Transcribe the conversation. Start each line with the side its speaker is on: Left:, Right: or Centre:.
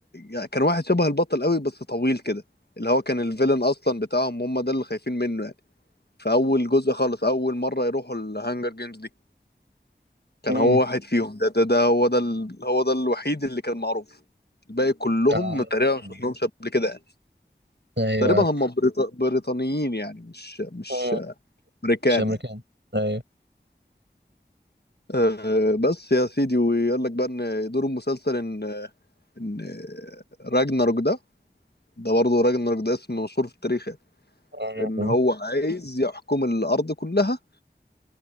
Left: يعني كان واحد شبه البطل قوي بس طويل كده اللي هو كان الفيلن اصلا بتاعهم هم ده اللي خايفين منه يعني في اول جزء خالص اول مره يروحوا الهانجر جيمز دي كان
Right: امم
Left: هو واحد فيهم ده ده, ده هو ده ال... هو ده الوحيد اللي كان معروف الباقي كلهم
Right: آه.
Left: تقريبا ما
Right: مم.
Left: شفناهمش قبل كده يعني
Right: ايوه
Left: تقريبا
Right: عارف
Left: هم بريط... بريطانيين يعني مش مش
Right: امم
Left: امريكان
Right: مش امريكان
Left: يعني
Right: ايوه
Left: أه بس يا سيدي ويقول لك بقى ان دور المسلسل ان ان راجناروك ده ده برضه راجنر ده اسم مشهور في التاريخ يعني
Right: أمم.
Left: ان
Right: امم
Left: هو عايز يحكم الارض كلها